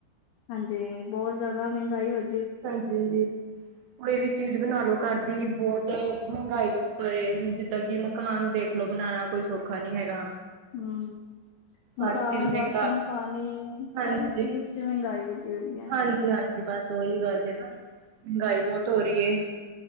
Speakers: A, on the left (about 80°); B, on the right (about 75°).
A: ਹਾਂਜੀ, ਬਹੁਤ ਜ਼ਆਦਾ ਮਹਿੰਗਾਈ ਹੋਗੀ।
B: ਹਾਂਜੀ। ਕੋਈ ਵੀ ਚੀਜ਼ ਬਣਾ ਲੋ ਘਰ ਦੀ, ਬਹੁਤ ਮਹਿੰਗਾਈ ਦੇ ਉੱਪਰ ਏ, ਜਿੱਦਾਂ ਕਿ ਮਤਲ ਮਕਾਨ ਦੇਖਲੋ ਬਣਾਣਾ, ਕੋਈ ਸੌਖਾ ਨੀ ਹੈਗਾ।
A: ਹੂੰ, ਮਕਾਨ,
B: ਹਰ ਚੀਜ਼ ਮਹਿੰਗਾ
A: ਰਾਸ਼ਨ ਪਾਣੀ,
B: ਹਾਂਜੀ,
A: ਹਰ ਇੱਕ ਚੀਜ਼ ਚ ਮਹਿੰਗਾਈ ਵਧੀ ਹੋਈ ਐ
B: ਹਾਂਜੀ, ਹਾਂਜੀ, ਬਸ ਉਹੀ ਗੱਲ ਹੈ ਨਾ, ਮਹਿੰਗਾਈ ਬਹੁਤ ਹੋ ਰੀ ਏ।